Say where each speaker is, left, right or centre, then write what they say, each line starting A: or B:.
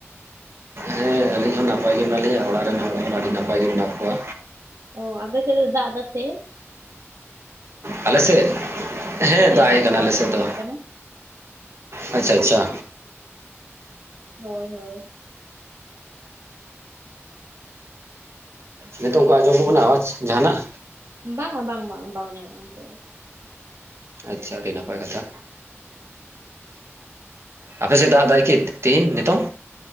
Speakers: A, on the right; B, on the right.
A: ᱦᱮᱸ ᱟᱹᱞᱤᱧ ᱦᱚᱸ ᱱᱟᱯᱟᱭ ᱜᱮ ᱢᱮᱱᱟᱜ ᱞᱤᱧᱟᱹ᱾ ᱚᱲᱟᱜ ᱨᱮᱱ ᱦᱚᱲ ᱦᱚᱸ ᱟᱹᱰᱤ ᱱᱟᱯᱟᱭ ᱜᱮ ᱢᱮᱱᱟᱜ ᱠᱚᱣᱟ᱾
B: ᱦᱚ ᱟᱯᱮ ᱥᱮᱫ ᱫᱚ ᱫᱟᱜ ᱫᱟᱥᱮ?
A: ᱟᱞᱮ ᱥᱮᱫ ᱦᱮᱸ
B: ᱦᱳᱭ
A: ᱫᱟᱜ
B: ᱚᱱᱟ
A: ᱮ ᱠᱟᱱᱟ
B: ᱟᱣᱟᱡ
A: ᱟᱞᱮ ᱥᱮᱫ
B: ᱟᱸᱡᱚᱢᱚᱜ
A: ᱫᱚ᱾
B: ᱠᱟᱱᱟ
A: ᱟᱪᱪᱷᱟ ᱟᱪᱪᱷᱟ᱾
B: ᱦᱳᱭ ᱦᱳᱭ᱾
A: ᱱᱤᱛᱚᱜ ᱚᱱᱠᱟ ᱟᱸᱡᱚᱢᱚᱜ ᱠᱟᱱᱟ ᱟᱣᱟᱡᱽ ᱡᱟᱦᱟᱱᱟᱜ?
B: ᱵᱟᱝᱟ ᱵᱟᱝ ᱵᱟᱝ ᱵᱟᱝ ᱟᱹᱡᱚᱢᱚᱜ ᱱᱤᱛᱚᱜ ᱫᱚ᱾
A: ᱟᱪᱪᱷᱟ ᱟᱹᱰᱤ ᱱᱟᱯᱟᱭ ᱠᱟᱛᱷᱟ᱾ ᱟᱯᱮ ᱥᱮᱜ ᱫᱟᱜ ᱫᱟᱭ ᱠᱤ ᱛᱮᱦᱮᱧ ᱱᱤᱛᱚᱜ?